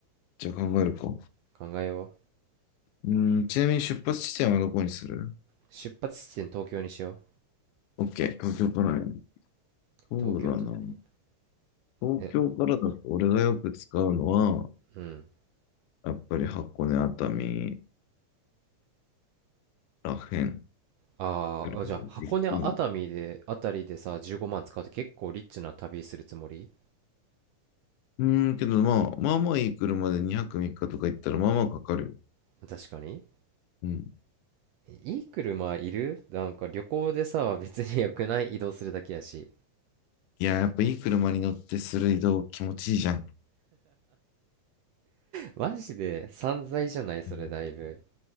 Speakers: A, on the left; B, on the right.
A: じゃあ考えるか。
B: 考えよ
A: うん、ちなみに出発地点はどこにする
B: う。出発地点東京にしよう。
A: オッケー。東京からね。そうだな。
B: 東京都のね
A: 東京からだと俺がよく使うのは、
B: え、うん。
A: やっぱり箱根熱海らへん。
B: あーあ、
A: 来るから行くの
B: じゃあ箱根熱海で、あたりでさ、15万使うと結構リッチな旅するつもり
A: うーん、けどまあ、まあまあいい車で2泊3日とか行ったらまあまあかかるよ。
B: 確かに。
A: うん。
B: いい車いるなんか旅行でさ、別に良くない移動するだけやし。
A: いや、やっぱいい車に乗ってする移動気持ちいいじゃん。
B: マジで散財じゃないそれだいぶ。
A: うん